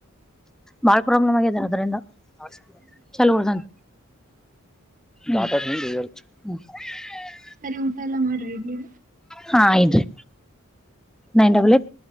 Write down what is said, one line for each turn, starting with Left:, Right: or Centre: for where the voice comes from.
Centre: ಬಾಳ ಪ್ರಾಬ್ಲಮ್ ಆಗಿದ್ದಾರೆ ಅದರಿಂದ <unintelligible> ಚಲೋ ಅದನ ಮಾತ ಹ <unintelligible>
Right: ಸರಿ ಊಟ ಎಲ್ಲಾ ಮಾಡ್ರಿ ಇಡ್ಲಿ
Centre: ಹಾ ಇಡ್ರಿ ನೈನ್ ಡಬಲ್ ಏಟ್